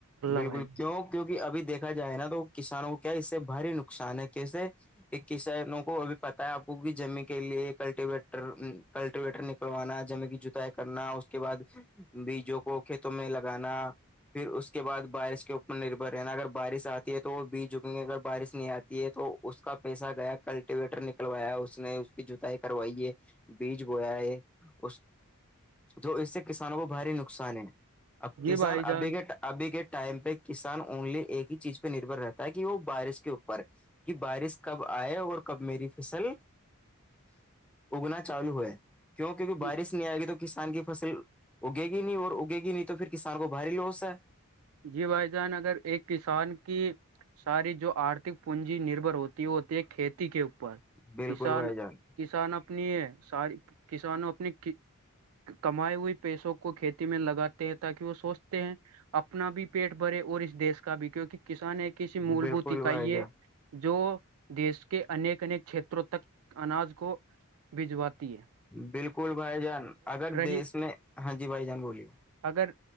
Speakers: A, in the centre; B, on the right.
A: بالکل
B: بھائی جان
A: کیوںک کیوںکہ ابھی دیکا جائے نا تو کسانوں کو کیا اس سے بھاری نقصان ہے کیسے کسانوں کو بھی پتا ہے آپ کو کہ جمی کے لیے کلٹیویٹر کلٹیویٹر نکلوانا جم کی جتاائی کرنا اس کے بعد بیجوں کو تو میں لگانا پھر اس کے بعد بارش کے اوپر نربھر رہنا اگر بارش آتی ہے تو وہ بی جکیں گے اگر بارش نہیں آتی ہے تو اس کا پیسہ گیا کلٹیویٹر نکلوایا اس نے اس کی جتائی کروائی ہے بیج گویا ہے اس تو اس سے کسانوں کو بھاری نقصان ہے اب
B: جی
A: کسان
B: بھائی
A: ابھی
B: جان
A: گٹ ابھی کے ٹائم پہ کسان اونلی ایک ہی چیز پہ نربر رہتا ہے کہ وہ بارش کے اوپر کہ بارش کب آئے اور کب میری فصل اگنا چالو ہوئے کیوں کیونکہ
B: جی
A: بارش نہیں آئے گی تو کسان کی فصل اگے گی نہیں اور اگے گی نہیں تو پھر کسان کو بھاری لوس ہے
B: جی بھائی جان اگر ایک کسان کی ساری جو آرتھک پوننجی نربر ہوتی ہے ہوتی ہے کھیتی کے اوپر
A: بالکل
B: کسان
A: بھائی جان
B: کسان اپنی یہ ساری کسانوں اپنی کمائے ہوئے پیسوں کو کھیتی میں لگاتے ہیں تاکہ وہ سوچتے ہیں اپنا بھی پیٹ بھرے اور اس دیش کا بھی کیونکہ کسان ایک کہسی مول
A: بالکل
B: بھت اکائیے
A: بھائی جان
B: جو دیش کے انیک انیک کھیتروں تک اناج کو بھجواتی ہے
A: بالکل بھائی جان اگر
B: رہی
A: دیس میں ہاں جی بھائی جان بولیے
B: اگر